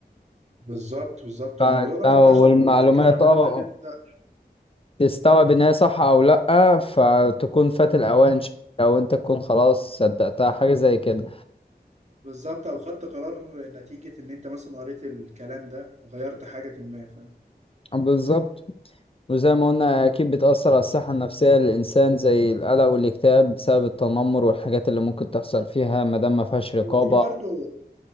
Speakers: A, on the right (about 40°); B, on the left (about 35°).
A: بالظبط بالظبط
B: فانت
A: والموضوع ده منتشر
B: والمعلومات
A: والفكرة عبال
B: اه
A: ما تبدأ
B: تستوعب ان هي صح او لأ فتكون فات الأوان
A: بالظبط
B: شوية، لو انت تكون خلاص صدقتها حاجة زي كده
A: بالظبط او خدت قرار نتيجة ان انت مثلا قريت الكلام ده غيرت حاجة ما فاهم؟
B: بالظبط وزي ما قلنا أكيد بتأثر على الصحة النفسية للإنسان زي القلق والاكتئاب بسبب التنمر والحاجات اللي ممكن تحصل فيها مادام ما فيهاش رقابة
A: وفي برضه